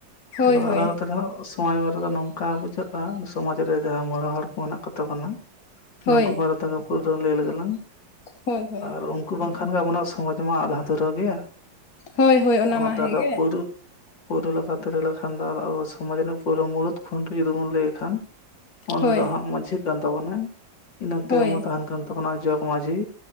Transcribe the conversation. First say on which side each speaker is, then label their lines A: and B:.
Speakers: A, on the left (about 55°); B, on the left (about 75°).
A: ᱦᱳᱭ
B: ᱟᱫᱚ
A: ᱦᱳᱭ
B: ᱟᱞᱮ ᱱᱚᱛᱮ ᱨᱮᱦᱚᱸ ᱥᱚᱢᱟᱡᱽ ᱵᱟᱨᱮ ᱫᱚ ᱱᱚᱝᱠᱟ ᱵᱩᱡᱷᱟᱹᱜ, ᱠᱟᱱ ᱥᱚᱢᱟᱡᱽ ᱨᱮ ᱡᱟᱦᱟᱸ ᱢᱚᱬᱮ ᱦᱚᱲ ᱠᱚ ᱢᱮᱱᱟᱜ ᱠᱚ ᱛᱟᱵᱚᱱᱟ
A: ᱦᱳᱭ
B: ᱱᱩᱠᱩ ᱢᱟ, <unintelligible> ᱞᱟᱹᱭ ᱞᱮᱜᱮ ᱞᱟᱝ
A: ᱦᱳᱭ ᱦᱳᱭ
B: ᱟᱨ ᱩᱱᱠᱩ ᱵᱟᱝᱠᱷᱟᱱ ᱜᱮ ᱟᱵᱚᱱᱟᱜ ᱥᱚᱢᱟᱡᱽ, ᱛᱮᱢᱟ ᱟᱫᱷᱟ ᱫᱷᱩᱨᱟᱹ ᱜᱮᱭᱟ
A: ᱦᱳᱭ ᱦᱳᱭ ᱚᱱᱟ
B: ᱚᱱᱟᱛᱮ
A: ᱢᱟ ᱦᱮᱸᱜᱮ
B: ᱟᱫᱚ ᱯᱳᱨᱩᱫ ᱯᱳᱨᱩ ᱞᱮᱠᱟᱛᱮ ᱞᱟᱹᱭ ᱞᱮᱠᱷᱟᱱ ᱫᱚ ᱟᱫᱚ ᱟᱵᱚ ᱥᱚᱢᱟᱡᱽ ᱨᱮᱱᱟᱜ ᱯᱳᱭᱨᱩ ᱢᱩᱲᱩᱫ ᱠᱷᱩᱱᱴᱤ ᱡᱩᱫᱤ ᱵᱚᱱ ᱞᱟᱹᱭᱮ ᱠᱷᱟᱱ ᱩᱱᱟ
A: ᱦᱳᱭ
B: ᱫᱚ ᱦᱟᱸᱜ ᱢᱟᱹᱡᱷᱤ ᱠᱟᱱ ᱛᱟᱵᱚᱱᱟᱭ ᱤᱱᱟᱹ ᱛᱟᱭᱚᱢ
A: ᱦᱳᱭ
B: ᱦᱚᱸ ᱛᱟᱦᱮᱱ ᱠᱟᱱ, ᱛᱟᱵᱚᱱᱟ ᱡᱚᱜᱽ ᱢᱟᱹᱡᱷᱤ